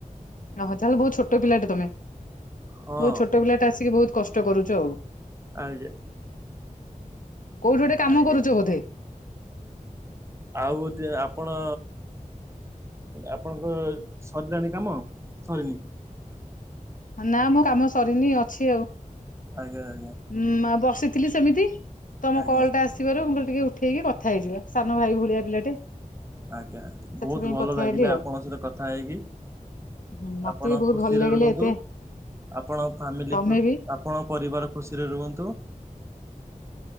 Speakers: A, on the left (about 70°); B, on the right (about 20°).
A: ଅଁହଁ ତାହେଲେ ବହୁତ୍ ଛୋଟ ପିଲାଟେ ତମେ
B: ହଁ
A: ବହୁତ୍ ଛୋଟ ପିଲାଟେ ଆସିକି ବହୁତ୍ କଷ୍ଟ କରୁଚ ଆଉ।
B: ଆଜ୍ଞା।
A: କେଉଁଠି ଗୋଟେ କାମ
B: ଆଜ୍ଞା
A: କରୁଚ ବୋଧେ?
B: ଆଉ ଗୋଟେ ଆପଣ ଆପଣଙ୍କର ସରିଲାଣି କାମ ସରିନି?
A: ନା ମୋ କାମ ସରିନି ଅଛି ଆଉ।
B: ଆଜ୍ଞା ଆଜ୍ଞା।
A: ଉଁଉ ବସିଥିଲି ସେମିତି ତମ
B: ଆଜ୍ଞା
A: କଲ୍ଟା ଆସିବାରୁ ମୁଁ କହିଲି ଟିକେ ଉଠେଇକି କଥା ହେଇଯିବା। ସାନ ଭାଇ ଭଳିଆ ପିଲାଟେ।
B: ଆଜ୍ଞା
A: ସେଥିପାଇଁ
B: ବହୁତ୍ ଭଲ
A: କଥା
B: ଲାଗିଲା
A: ହେଲି ଆଉ
B: ଆପଣଙ୍କ ସହିତ କଥା ହେଇକି।
A: ହୁଁ ମତେ
B: ଆପଣ
A: ବି ବହୁତ
B: ଖୁସିରେ
A: ଭଲ ଲାଗିଲା
B: ରୁହନ୍ତୁ।
A: ଏତେ
B: ଆପଣ ଫ୍ୟାମିଲି
A: ତମେ ବି
B: ଆପଣ ପରିବାର ଖୁସିରେ ରୁହନ୍ତୁ।